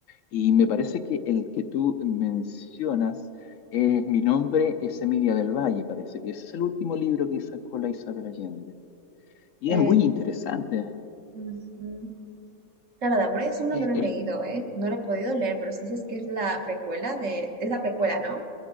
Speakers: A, on the left (about 65°); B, on the right (about 60°).
A: Y me parece que el que tú mencionas es Mi nombre es Emilia del Valle, parece que ese es el último libro que sacó la Isabel Allende. Y
B: Eh,
A: es muy interesante.
B: ujú. Claro, de Amor y Sombras
A: Es,
B: no lo
A: es-
B: he leído, ¿eh? No lo he podido leer, pero si dices que es la precuela de... Es la precuela, ¿no?